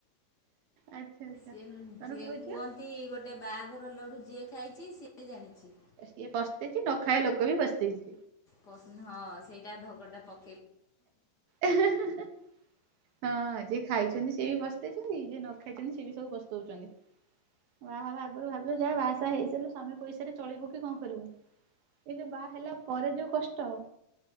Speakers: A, on the right (about 70°); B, on the left (about 30°).
A: ଆଚ୍ଛା ଆଚ୍ଛା
B: ସିଏ ନୁ
A: ତମର
B: ଯିଏ
A: ପୁଅ
B: କୁହନ୍ତି
A: ଝିଅ
B: ଗୋଟେ ବାହାଘର ଲଡୁ ଯିଏ ଖାଇଚି ସିଏ ଜାଣିଚି।
A: ସିଏ ପସ୍ତେଇଚି ନ ଖାଇଆ ଲୋକ ବି ପସ୍ତେଇଚି।
B: ପସନ୍ଦ <unintelligible> ଢଗଟା ପକ
A: ଏ-ହେଁ-ହେଁ ହଁ ଯି ଖାଇଛନ୍ତି ସିଏ ବି ପ ସ୍ତେଇ ଛନ୍ତି। ଯିଏ ନ ଖାଇଛନ୍ତି ସିଏ ବି ସବୁ ପସ୍ତଉଛନ୍ତି। ବାହା ହବା ଆଗୁରୁ ଭାବିବ ଯାହା ବାହାସାହା ହେଇସାରଲୁ ସ୍ୱାମୀ ପଇସାରେ ଚଳିବୁ କି କଁ କରିବୁ। ଏଇ ଯୋଉ ବାହା ହେଲା ପରେ ଯୋଉ କଷ୍ଟ